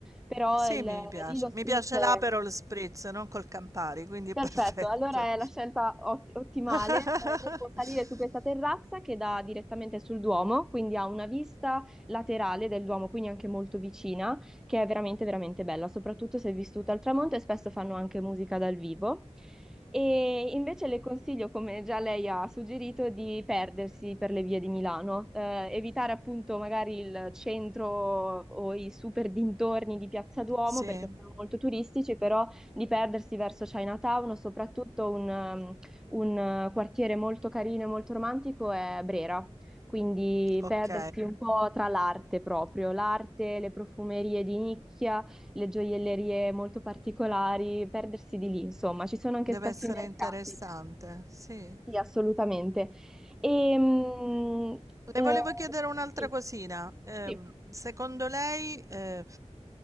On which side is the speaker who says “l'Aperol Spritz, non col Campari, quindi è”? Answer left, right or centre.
Right